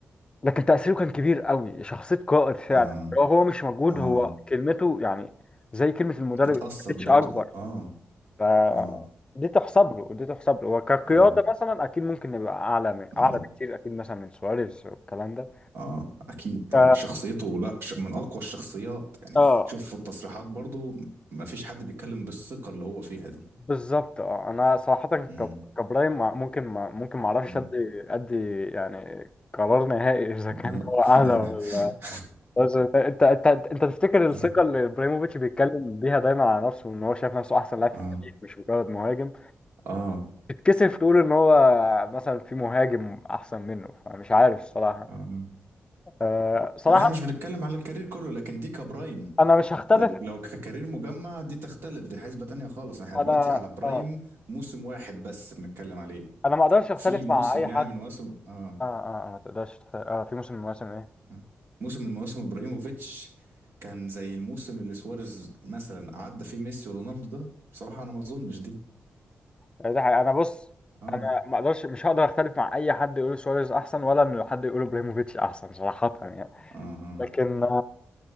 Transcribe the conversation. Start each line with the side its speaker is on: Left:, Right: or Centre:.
Left: لكن تأثيره كان كبير قوي شخصية قائد فعلا
Right: اه اه
Left: هو هو مش موجود
Right: آه، آه،
Left: هو
Right: آه،
Left: كلمته يعني زي كلمة المدرب
Right: بتأثر
Left: ما كانتش
Right: برضو
Left: اكبر
Right: اه
Left: ف
Right: اه
Left: دي تحسب له دي تحسب له وكقيادة
Right: اه
Left: مثلا اكيد ممكن نبقى اعلى من
Right: اه
Left: اعلى بكتير اكيد مثلا من سواريز والكلام ده
Right: اه اكيد طبعا
Left: ف...
Right: شخصيته لا ش- من اقوى الشخصيات يعني
Left: اه
Right: شوف في التصريحات برضو ما فيش حد بيتكلم بالثقة اللي هو فيها دي
Left: بالظبط اه انا صراحه ك-
Right: امم
Left: كابراهيم مع- ممكن ما ممكن ما اعرفش
Right: اه
Left: ادي ادي يعني قرار نهائي <laughs> اذا كان
Right: اه
Left: هو
Right: <laughs>
Left: اعلى ولا بس انت انت انت أنت تفتكر
Right: اه
Left: الثقه اللي ابراهيموفيتش بيتكلم بيها دايما على نفسه ان هو شايف نفسه احسن
Right: اه
Left: لاعب في
Right: اه
Left: التاريخ مش مجرد مهاجم
Right: آه. آه،
Left: تتكسف تقول ان هو مثلا في مهاجم احسن منه فمش عارف الصراحه
Right: آه.
Left: أه صراحه
Right: لا احنا مش بنتكلم على الكارير كله لكن دي كبرايم
Left: انا مش هختلف
Right: لك- لو ككارير مجمع دي تختلف دي حسبة تانية خالص احنا
Left: انا
Right: دلوقتي على برايم
Left: اه
Right: موسم واحد بس بنتكلم عليه
Left: انا ما اقدرش اختلف
Right: في موسم
Left: مع اي
Right: يعني
Left: حد
Right: من مواسم اه
Left: اه اه آه، ما تقدرش تخ- اه في موسم من المواسم ايه
Right: آه. موسم من مواسم ابراهيموفيتش كان زي الموسم اللي سواريز مثلا عدى فيه ميسي ورونالدو ده بصراحة انا ما اظنش دي
Left: يعني ده حقيقة. انا بص
Right: اه
Left: انا ما اقدرش مش هقدر اختلف مع اي حد يقول سواريز احسن ولا انه حد يقول ابراهيموفيتش احسن صراحة يعني
Right: اه اه
Left: لكن آه،